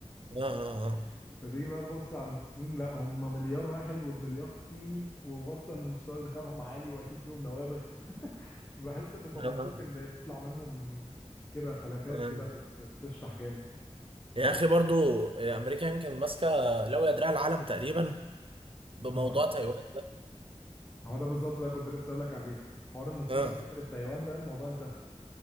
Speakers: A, on the right; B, on the left.
A: اه اه
B: <laughs> فتيجي بقى تبص عند الصين لا هم مليار واحد والمليار صيني واصلا مستوى ذكائهم عالي واكيد فيهم نوابغ <laughs> بحس ان طب
A: آه،
B: منطقي
A: آه.
B: ان يطلع منهم كده فلاتات
A: آه.
B: كده بت... بتشطح جامد
A: يا اخي برضو امريكا يمكن ماسكه لو يدرع العالم تقريبا بموضوع
B: اها
A: تايوان ده
B: ما هو ده بالظبط بقى كنت لسه اقول لك عليه حوار ان الصين
A: اه اه
B: لو دخلت تايوان ده الموضوع انتهى